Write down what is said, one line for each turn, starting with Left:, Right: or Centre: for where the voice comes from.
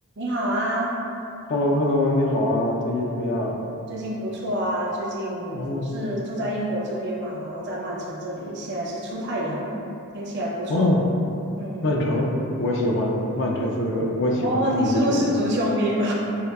Right: 你好啊，
Left: h e l l o h e l l o 你好啊，最近怎么样？
Right: 最近不错啊。最近我是住在英国这边嘛，
Left: 哦
Right: 然后在曼城这里，现在是出太阳，天气还不错。
Left: 哦，
Right: 嗯，
Left: 曼城，我喜欢曼彻斯特，我喜欢看足球。
Right: 哦，你是不是足球迷吧？